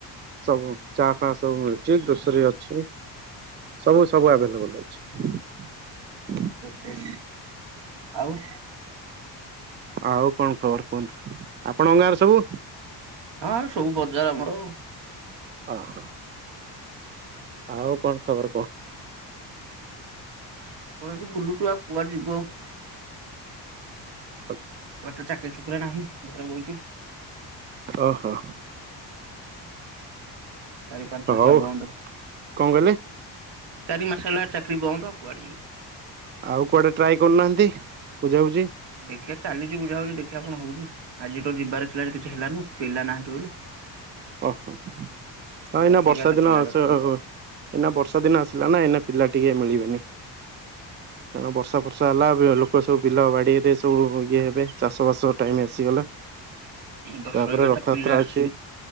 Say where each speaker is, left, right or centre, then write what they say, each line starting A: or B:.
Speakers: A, on the right; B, on the right.
A: ସବୁ ଚା ଫା ସବୁ ମିଳୁଚି ଗୋଲସରି ଅଛି। ସବୁ ସବୁ ଆଭେଲେବୁଲ ଅଛି।
B: ଉହୁଁ ଆଉ।
A: ଆଉ କଣ ଖବର କୁହନ୍ତୁ ଆପଣ ଗାଁରେ ସବୁ
B: ହଁ ସବୁ ବଜାର ଆମର ଆଉ।
A: ଅହ। ଆଉ କଣ ଖବର କୁହ?
B: ଆଉ କଣ ଏ ବୁଲୁଚୁ ଆଉ କୁଆଡେ ଯିବୁ ଆଉ।
A: ହ
B: କୁଆଡେ ଚାକିରି ଚୁକରି ନାହିଁ ଘରେ ବଇଚୁ
A: ଓହୋ।
B: ଚାରି ପାଞ୍ଚ
A: ହଉ
B: ମାର୍ସଲା ବନ୍ଦ।
A: କଣ କହିଲେ
B: ଚାରି ମାସ ହେ ଚାକିରି ବନ୍ଦ ଆଉ କୁଆଡେ ଯିବୁ
A: ଆଉ କୁଆଡେ ଟ୍ରାଏ କରୁନାହାନ୍ତି ବୁଝାୁଝ
B: ଦେଖିଆ ଚାଲିଚି ବୁଝା ବୁଛି ଦେଖିବା କଣ ହଉଚି ଆଜି ତ ଯିବାର ଥିଲା ଯେ କିଛି ହେଲାନି ପିଲା ନାହାନ୍ତି ବୋଲି।
A: ଓ ହୋ। ହଁ ଏଇନା
B: ଦଶ
A: ବର୍ଷା
B: ଏଗାରଟା
A: ଦିନ
B: ପିଲା ଦରକାର
A: ସ ଏଇନା ବର୍ଷା ଦିନ ଆସିଲା ନା ଏଇନା ପିଲା ଟିକେ ମିଳିବେନି। କଣ ବର୍ଷା ଫର୍ଷା ହେଲା ଏବେ ଲୋକ ସବୁ ବିଲ ବାଡିରେ ସବୁ ଇଏ ହେବେ ଚାଷ ବାସ ଟାଇମ ଆସିଗଲା।
B: ଦଶ
A: ତାପରେ
B: ଏଗାରଟା
A: ରଥଯାତ୍ରା
B: ପିଲା
A: ଅଛି